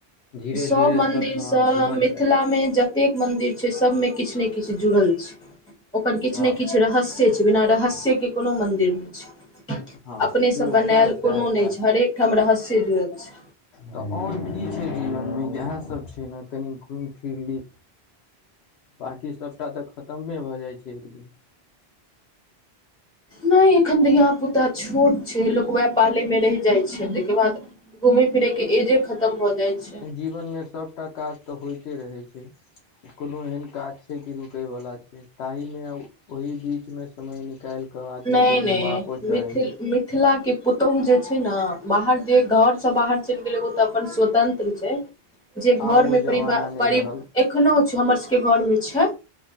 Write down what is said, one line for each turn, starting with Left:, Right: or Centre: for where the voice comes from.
Left: धीरे
Centre: सब
Left: धीरे
Centre: मन्दिरसँ
Left: सभठमा घूमल
Centre: मिथिलामे
Left: जाय
Centre: ज एतेक मंदिर छै सब मे किछ ने किछ जुड़ल छै ओकर किछ
Left: हँ
Centre: ने किछ रहस्य छै बिना रहस्य के कोनो मंदिर नै छै
Left: हँ
Centre: अपनेसँ
Left: से
Centre: बनायल
Left: सएह सएह
Centre: कोनो
Left: सएह
Centre: नै छै हरेक ठम रहस्य जुड़ल छै
Left: तऽ आओर कि छै जीवनमे इएहसब छै न जे कनि घुमि फिरि ली बाँकी सबटा तऽ खतमे भऽ जाइ छै एक दिन
Centre: नै एखन धियापुता छोट छै लोक उएह पालैमे रहि जाइ छै ताहिके बाद घूमै फिरै के एजे खतम भऽ जाय छै
Left: जीवनमे सबटा काज तऽ होइते रहै छै कोनो एहन काज छै कि रुकैवला छै ताहिमे ओहि बीचमे समय निकालि क आदमी
Centre: नहि
Left: के घुमबाको
Centre: नहि
Left: चाही
Centre: मिथिल मिथिला के पुतौहु जे छै न बाहर जे घर स बाहर चैल गेलै ओ त अपन स्वतंत्र छै जे घरमे
Left: आब ओ जमाना
Centre: परिवार
Left: नहि
Centre: परि
Left: रहल
Centre: एखनो छै हमर सबके घरमे छै